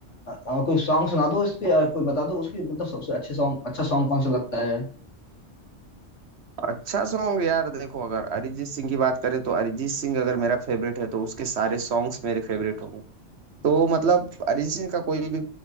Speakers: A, on the left; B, on the right.
A: अ, कोई सॉन्ग सुना दो इसके अ, कोई बता दो उसकी मतलब सबसे अच्छे सॉन्ग अच्छा सॉन्ग कौन सा लगता है
B: अच्छा सॉन्ग यार देखो अगर अरिजीत सिंह की बात करें तो अरिजीत सिंह अगर मेरा फेवरेट है तो उसके सारे सॉन्ग्स मेरे फेवरेट होंगे तो मतलब अरिजीत सिंह का कोई भी